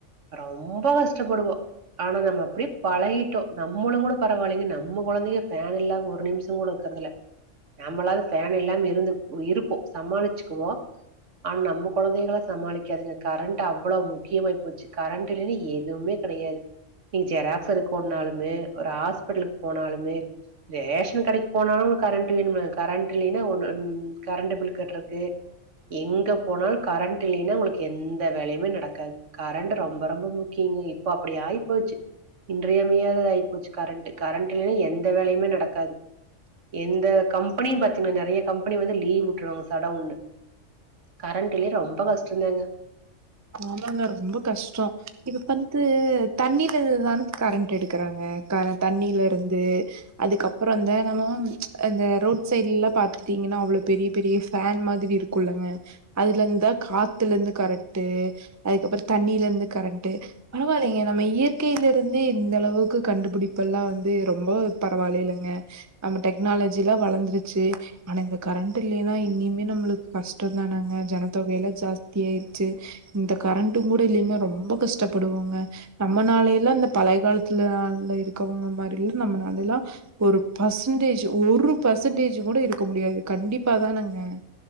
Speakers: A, on the right (about 65°); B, on the right (about 20°).
A: ரொம்ப கஷ்டப்படுவோ ஆனா நம்ம அப்டி பழகிட்டோ நம்மளுங் கூட பரவால்லங்க நம்ம கொழந்தைங்க ஃபேன் இல்லாம ஒரு நிம்ஷோ கூட இக்கறதுல்ல நம்மளாது ஃபேன் இல்லாம இருந்து இருப்போ சமாளிச்சுக்குவோ ஆன் நம்ம கொழந்தைகளா சமாளிக்காதுங்க கரண்ட் அவ்ளோ முக்கியமாயி போச்சு கரண்ட் இல்லனா எதுமே கெடயாது நீ ஜெராக்ஸ் எடுக்கோன்னாலுமே ஒரு ஆஸ்பட்லுக்கு போனாலுமே ரேஷன் கடைக்கு போனாலு உங்ளுக் கரண்ட் வேணுல கரண்ட் இல்லைன்னா ஒன்னு கரண்ட்டு பில் கட்றக்கு எங்க போனாலு கரண்ட் இல்லைனா உங்ளுக்கு எந்த வேலையுமே நடக்காது கரண்ட்டு ரொம்ப ரொம்ப முக்கியங்க இப்போ அப்டி ஆயி போச்சு இன்றியமையாத தா ஆயி போச்சு கரண்ட்டு கரண்ட்டில்லைன்னா எந்த வேலயுமே நடக்காது எந்த கம்பெனியு பாத்தீங்னா நறைய கம்பெனி வந்து லீவ் வுட்ருவாங்க சடோவ்னு கரண்ட் இல்லே ரொம்ப கஷ்டோதாங்க
B: ஆமாங்க ரொம்ப கஷ்டோ இப்ப பன்த்து தண்ணிலலந்துதான கரண்ட் எடுக்குறாங்க தான தண்ணிலருந்து அதுக்கப்றோ தெனமும் இந்த ரோட் சைட்லலா பாத்துகிட்டீங்கன்னா அவ்ளோ பெரிய பெரிய ஃபேன் மாதிரி இரு குல்லங்க அதுலந்தா காத்துலந்து கரண் ட்டு அதுக்கப்றோ தண்ணிலந்து கரண்ட்டு பரவால்லேங்க நம்ம இயற்கைலருந்தே இந்த அளவுக்கு கண்டுபிடிப்பெல்லா வந்து ரொம்ப பரவால்லேலங்க நம்ம டெக்னாலஜிலா வளர்ந்துருச்சு ஆனா இந்த கரண்ட் இல்லேனா இனிமே நம்ளுக்கு கஷ்டம் தானங்க ஜனத்தொகையெல்ல ஜாஸ்தியா சே இந்த கரண்ட்டு கூட இல்லனா ரொம்ப கஷ்டபடுவோங்க நம்ம நாலைலா இந்த பழைய காலத்துல அதுல இருக்கவங்க மாறில நம்ம நாலெல்லா ஒரு பர்சன்டேஜ் ஒரு பர்சன்டேஜ் கூட இருக்க முடியாது கண்டிப்பாதானாங்க